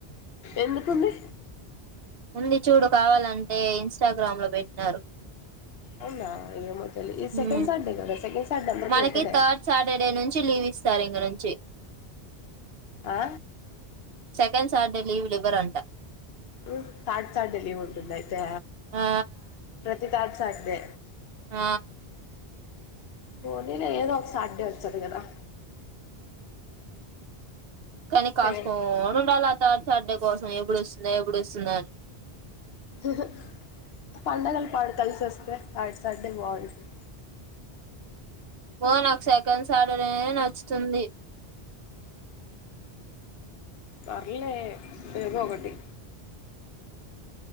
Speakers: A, on the left (about 70°); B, on the right (about 65°).
A: ఎందుకుంది.
B: ఉంది చూడు కావాలంటే ఇన్స్టాగ్రామ్ లో పెట్టినారు.
A: అవునా ఏమో తెలీద్ ఈ సెకెండ్
B: ఉమ్
A: సాటర్డే కదా సెకండ్. సాటర్డే అందరికి
B: మనకి
A: పెట్టడే
B: థర్డ్ సాటర్డే నుంచి లీవ్ ఇస్తారు ఇక నుంచి.
A: ఆ
B: సెకండ్ సాటర్డే లీవులివ్వరంట.
A: ఉమ్ థార్డ్ సాటర్డే లీవ్ ఉంటుందయితే
B: ఆ
A: ప్రతి థార్డ్ సాటర్డే
B: ఆ
A: పోనీ లే ఏదో ఒకసటుర్డే ఒస్తది కదా.
B: కానీ కాసుకోనుండాల
A: సెకండ్
B: థార్డ్ సాటర్డే కోసం ఎప్పుడొస్తుందా ఎప్పుడొస్తుందానీ.
A: ఆహ్ పండగలు పాడు కలిసోస్తే ఆట్ సాటర్డే బాగుంటది.
B: పో నాకు సెకండ్ సాటర్డే నచ్చుతుంది.
A: పర్లే ఏదోకటి.